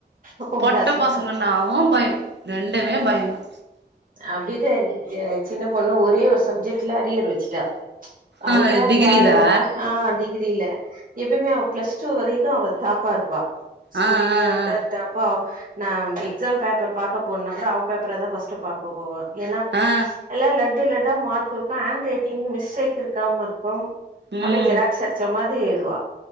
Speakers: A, on the right; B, on the right.
A: அப்போ
B: பொட்ட பசங்கனாவு
A: தான்.
B: பயோ ரெண்டுமே பயோ தா
A: அப்டி தா ங்க சின்ன பொண்ணு ஒரே ஒரு சப்ஜெட்ல அரியெர் வெச்ட்டா அல்ரா
B: ஆ டிகிரிதா
A: பாருங்க ஆ டிகிரில எப்புமே அவ ப்ளஸ் டூ வரைக்கு அவ டாப்பா இருப்பா ஸ்கூல்லயே
B: ஆ ஆ
A: அவ
B: ஆ
A: தா டாப்பா நா எக்ஸாம் பேப்பர் பாக்க போன்னா கூட அவ பேப்பரு தா ஃபஸ்ட் பாப் ஓகோவா ஏனா
B: ஆ ஆ
A: எல்லா லட்டு லட் ட்டா மார்க் இருக்கு ஹேண்ட் ரைட்டிங் மிஸ்டேக் இருக்காம இருக்கு
B: ம்
A: அப்டியே ஜெராக்ஸ் அடிச்ச மாரி து எழுதுவா